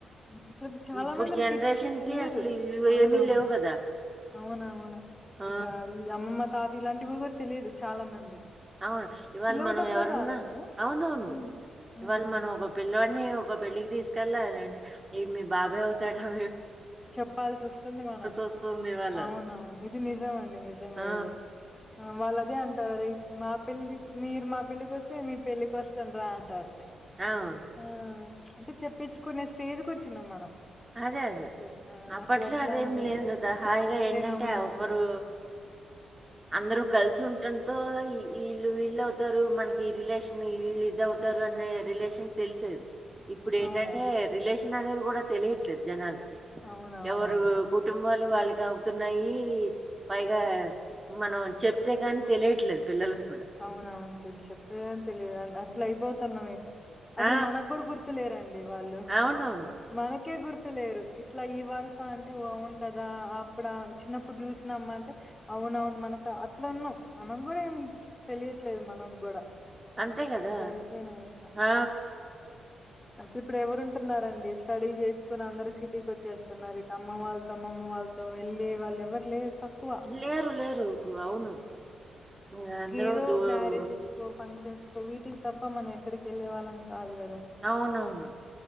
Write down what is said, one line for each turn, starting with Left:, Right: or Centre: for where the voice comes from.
Left: అసలు చాలా
Right: ఇప్పుడు
Left: మంది
Right: జనరేషన్‌కి
Left: కిట్స్ కి తెలియదు
Right: అసలు ఇవి
Left: అవునవును
Right: ఏమీ లేవు కదా!
Left: అవును అవును
Right: ఆ!
Left: ఇక ఈ అమ్మమ్మ తాతయ్య ఇలాంటివి కూడా తెలియదు చాలా మందికి
Right: అవును ఇవాళ
Left: పిలవటం
Right: మనం ఎవరన్నా
Left: గూడా రాదండి.
Right: అవును అవును
Left: హ్మ్. హ్మ్.
Right: ఇవాళ మనం ఒక పె పిల్లడిని ఒక పెళ్లికి తీసుకెళ్ళాలింటే ఈయన మీ బాబాయ్ అవుతాడరా
Left: చెప్పాల్సి వస్తుంది మనం
Right: వస్తుంది ఇవాళ
Left: అవునవును ఇది నిజం అండి నిజంగా
Right: ఆ
Left: ఇది వాళ్ళదే అంటారు మా పెళ్లి మీరు మా పెళ్ళికి వస్తే మీ పెళ్ళికి వస్తంరా అంటారు
Right: అవు
Left: ఆ అంటే చెప్పించుకునే స్టేజ్కి వచ్చినాం మనం
Right: అదే అదే
Left: అసలు ఆ!
Right: అప్పట్లో
Left: అప్పుడెట్లా
Right: అదేం
Left: ఉండేది.
Right: లేదు కదా హాయిగా
Left: అప్పుడే
Right: ఏంటంటే
Left: అవునవును.
Right: ఎవరు అందరు కల్సుం తో వీళ్ళు వీళ్ళు అవుతారు మనకి రిలేషన్ వళ్ళు ఇది అవుతారు అనే రిలేషన్ తెలిసేది ఇప్పుడు ఏంటంటే
Left: అవునవును.
Right: రిలేషన్ అనేది కూడా తెలియట్లేదు జనాలకి
Left: అవునవునవును.
Right: ఎవరు కుటుంబాలు వాళ్ళకి అవుతున్నాయి పైగా మనం చెప్తే కాని తెలియట్లేదు పిల్లలకి
Left: అవును అవును <inaudible> చెప్తేగాని తెలియదుండి అట్లా అయిపోతునం ఇగ
Right: ఆ!
Left: అసలు మనకు కూడా గుర్తు లేరండి వాళ్ళు
Right: అవునవును.
Left: మనకే గుర్తు లేరు ఇట్లా ఈ వరుస అంటే అవును కదా అప్పుడ చిన్నప్పుడు చూసినమ్మ అంటే అవును అవును అవును మనకు అట్లాన్నాం మనం కూడా ఏం తెలియట్లేదు మనం కూడా
Right: అంతే గదా!
Left: అట్లా అయిపోయినము ఇంకా
Right: ఆ!
Left: అసలు ఇప్పుడు ఎవరు ఉంటున్నారండి స్టడీ చేసుకుని అందరు సిటీకి వచ్చేస్తున్నారు ఇక అమ్మ వాళ్ళు వాళ్ళ అమ్మమ్మ వాళ్ళతో వెళ్ళే వాళ్ళు ఎవరు లేరు తక్కువ
Right: లేరు లేరు అవును మీరందరూ
Left: ఇ ఏదో
Right: దూరం
Left: మ్యారేజెస్కో ఫంక్షన్ కో వీటికి తప్ప మనం ఎక్కడికి వెళ్ళే వాళ్ళం కాదు కదా
Right: అవునవును.